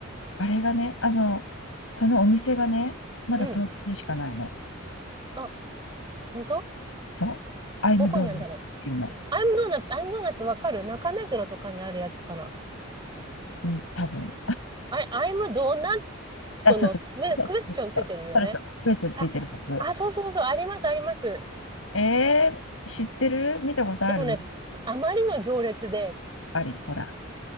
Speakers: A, on the left; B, on the right.
A: あれがね、あの、そのお店がね、まだ東京にしかないの。
B: うん。あ、本当
A: そう。アイムドーナツっていうの。
B: どこにあるんだろう。アイムドーナツ、アイムドーナツわかる中目黒とかにあるやつかな。
A: うん、多分。
B: あアイムドーナッ
A: あ、
B: トのクエ、
A: そうそう。そうそうそうそう。
B: クエスチョンついてるよね。
A: それそう。クックエストついてるやつ。
B: あ、あ、そうそうそうそう、あります、あります。
A: えー、知ってる見たことある
B: でもね、あまりの行列で
A: あり、ほら。